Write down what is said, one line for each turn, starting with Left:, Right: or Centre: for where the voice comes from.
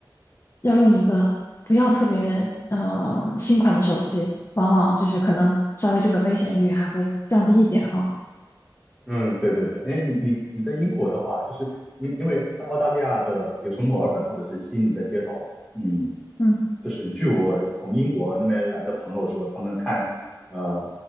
Left: 要用一个不要特别呃新款的手机，往往就是可能稍微这个危险率还会降低一点哈，
Centre: 嗯，对对对，哎，你你你在英国的话，就是因因为在澳大利亚的，比如说墨尔本或者是悉尼的街头，嗯，
Left: 嗯。
Centre: 就是据我从英国那边来的朋友说，他们看，呃